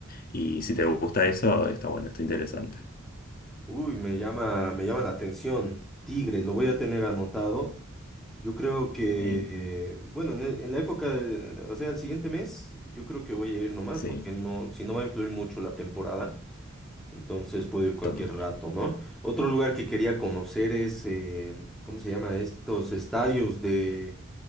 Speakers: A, on the left (about 45°); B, in the centre.
A: Y si te gusta eso, está bueno, está interesante.
B: Uy, me llama, me llama la atención. Tigre, lo voy a tener anotado. Yo creo que,
A: Sí,
B: eh, bueno, en, e- en la época del, o sea, el siguiente mes, yo creo que voy a ir nomás,
A: sí,
B: porque no, si no va a influir mucho la temporada, entonces puedo ir cualquier
A: total.
B: rato, ¿no? Otro lugar que quería conocer es, eh, ¿cómo se llama? Estos estadios de